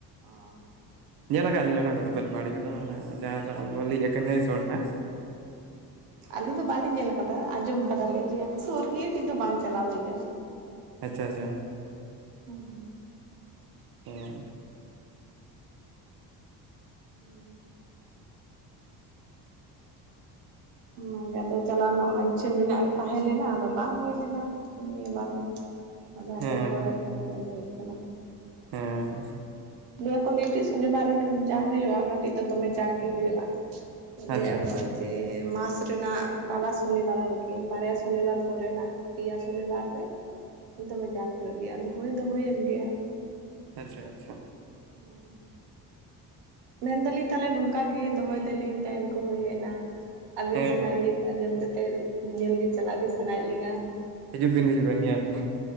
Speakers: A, on the right (about 80°); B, on the right (about 65°).
A: ᱚ
B: ᱧᱮᱞ ᱟᱠᱟᱫ ᱞᱤᱧ ᱚᱱᱟ ᱠᱚᱫᱚ ᱵᱮᱞᱯᱟᱦᱲᱤ ᱠᱚᱫᱚ ᱾ ᱚᱱᱟ ᱡᱟᱦᱟᱸ ᱨᱮᱱᱟᱜ ᱵᱚᱱ ᱞᱟᱹᱭ ᱟᱠᱟᱱᱟ ᱠᱟᱺᱭᱤᱥᱚᱲ ᱱᱟᱜ᱾
A: ᱟᱹᱞᱤᱧ ᱫᱚ ᱵᱟᱹᱞᱤᱧ ᱧᱮᱞ ᱠᱟᱫᱟ ᱾ ᱟᱸᱡᱚᱢ ᱠᱟᱫᱟ ᱞᱤᱧ ᱞᱟᱹᱭᱟ ᱾ ᱥᱩᱨ ᱜᱮ ᱠᱤᱱᱛᱩ ᱵᱟᱝ ᱪᱟᱞᱟᱣ ᱦᱩᱭ ᱠᱟᱱᱟ᱾
B: ᱟᱪᱷᱟ ᱟᱪᱷᱟ᱾
A: ᱦᱩᱸ ᱩᱸ
B: ᱦᱮᱸ
A: <unintelligible> ᱚᱱᱟᱜᱮ ᱟᱫᱚ ᱪᱟᱞᱟᱣ ᱨᱮᱱᱟᱜ ᱢᱟ ᱤᱪᱷᱟᱹ ᱢᱮᱱᱟᱜ ᱛᱟᱦᱮᱸ ᱞᱮᱱᱟ ᱾ ᱟᱫᱚ ᱵᱟᱝ ᱦᱩᱭ ᱞᱮᱱᱟ᱾ ᱱᱤᱭᱟᱹ ᱵᱟᱨ ᱦᱚᱸ᱾ ᱟᱫᱚ
B: ᱦᱮᱸ
A: ᱯᱚᱨᱮ ᱛᱮ ᱫᱚ ᱧᱮᱞ ᱦᱩᱭᱩᱜ ᱠᱟᱱᱟ᱾
B: ᱦᱮᱸᱻ
A: ᱱᱤᱭᱟᱠᱚ ᱱᱴᱤᱡ ᱥᱚᱱᱤᱵᱟᱨ ᱡᱟ ᱦᱩᱭᱩᱜᱼᱟ᱾ ᱚᱱᱟ ᱴᱮᱱ ᱫᱚ ᱫᱚᱢᱮ ᱡᱟᱠ ᱜᱮ ᱦᱩᱭᱩᱜᱼᱟ᱾ ᱤᱫᱤ
B: ᱟᱪᱪᱷᱟ
A: ᱟᱠᱚ
B: ᱟᱪᱪᱷᱟ
A: ᱡᱮ ᱢᱟᱥᱼᱼ ᱨᱮᱱᱟᱜ ᱛᱟᱞᱟ ᱥᱚᱱᱤᱵᱟᱨ ᱟᱨᱠᱤ ᱵᱟᱨᱭᱟ ᱥᱚᱱᱤᱵᱟᱨ ᱯᱚᱨᱮᱱᱟᱜ ᱯᱮᱭᱟ ᱥᱚᱱᱤᱵᱟᱨ ᱨᱮᱼᱼ ᱫᱚᱢᱮ ᱡᱟᱠ ᱦᱩᱭᱩᱜ ᱜᱮᱭᱟ ᱟᱫᱚ ᱦᱩᱭ ᱫᱚ ᱦᱩᱭᱮᱱ ᱜᱮᱭᱟ᱾
B: ᱟᱪᱪᱷᱟ ᱟᱪᱪᱷᱟ
A: ᱦᱩᱸᱻ ᱢᱮᱱ ᱫᱟᱞᱤᱧ ᱛᱟᱦᱚᱞᱮ ᱱᱚᱝᱠᱟ ᱜᱮ ᱫᱚᱦᱚᱭ ᱫᱟᱞᱤᱧ ᱴᱟᱭᱤᱢ ᱠᱚ ᱦᱩᱭᱮᱡ ᱮᱱᱟ᱾ ᱟᱹᱵᱤᱱ
B: ᱦᱮᱸ
A: ᱥᱟᱱᱟ
B: ᱦᱮᱸ
A: ᱤᱭᱟᱹ ᱠᱚ ᱟᱸᱡᱚᱢ ᱠᱟᱛᱮᱜ ᱧᱮᱞ ᱜᱮ ᱪᱟᱞᱟᱜ ᱜᱮ ᱥᱟᱱᱟᱭᱮᱜ ᱞᱤᱧᱟ ᱾
B: ᱦᱤᱡᱩ ᱵᱤᱱ ᱦᱤᱡᱩᱜ ᱵᱤᱱ ᱱᱤᱭᱟᱹᱛᱤ